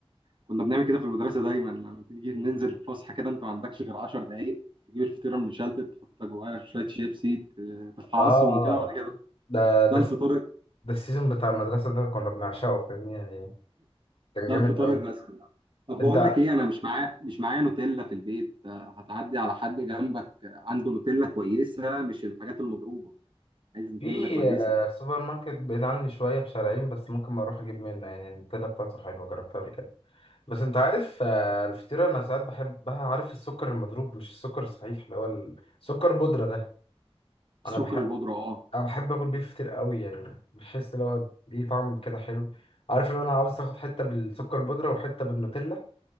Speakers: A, on the right; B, on the left.
A: كنا بنعمل كده في المدرسة دايما لما تيجي ننزل الفسحة كده انت ما عندكش غير 10 دقايق تجيب الفطيرة المشلتت تحط جواها شوية شيبسي ت- تفعصهم
B: اه اه
A: كده وبعد كده
B: ده ده
A: ده الفطار
B: الس- ده السيزون بتاع المدرسه ده كنا بنعشقه فاهمني يعني كان
A: ده
B: جامد
A: الفطار
B: قوي
A: الرسمي طب بقول
B: انت
A: لك ايه انا مش معايا مش معايا نوتيلا في البيت آه، هتعدي على حد جنبك آه، عنده نوتيلا كويسه مش الحاجات المضروبه عايز نوتيلا
B: في
A: كويسه
B: آه، سوبر ماركت بعيد عني شوية بشارعين بس ممكن ما أروح أجيب منه يعني التلاته بتاعته حلوة جربتها قبل كده بس أنت عارف آه، الفطيرة أنا ساعات بحبها عارف السكر المضروب مش السكر الصحيح اللي هو السكر بودرة ده
A: السكر
B: أنا بحب
A: البودره اه
B: أنا بحب آكل بيه فطير قوي يعني بحس اللي هو ليه طعم كده حلو عارف لو أنا عاوز آخد حتة بالسكر بودرة وحتة بالنوتيلا